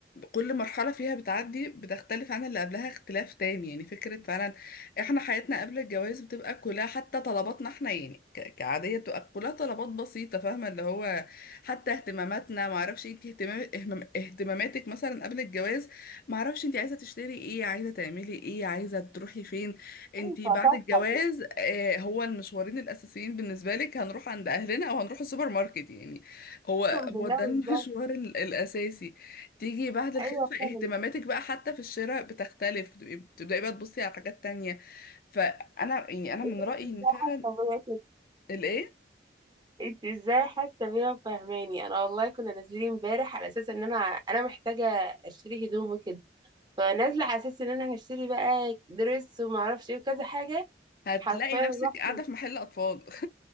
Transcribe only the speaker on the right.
ينفع
صفحة
كده
اقسم بالله
ازاي
ايوه فعلا
إيه
ده؟
انت ازاي
حاسة بيا كده
انت ازاي حاسة بيا وفاهماني انا والله كنا نازلين امبارح على اساس ان انا انا محتاجة اشتري هدوم وكده فنازله على اساس ان انا هشتري بقى دريس وما اعرفش ايه وكذا حاجه
حرفيا
رحت
<laughs>